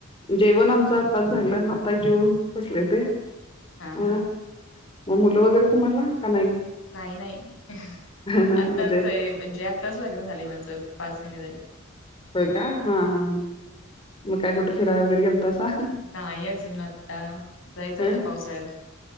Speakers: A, on the left; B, on the left.
A: जेवण आमचं आताच झालं. आता जेवून बसले होते.
B: हा
A: अ..
B: हा
A: म.. मुलं वैगैरे तुम्हाला.. का नाही...
B: नाही -नाही..
A: नाही
B: आत्ताच
A: म्हणजे
B: म्हणजे आत्ताच लग्न झालय माझं पाच महिने झाले.
A: होय का. हा -हा हं.. मग काय कुठे फिराय वैगैरे गेलतासा...
B: नाही अजून आता... जायचं आता.
A: अ
B: पावसाळ्यात.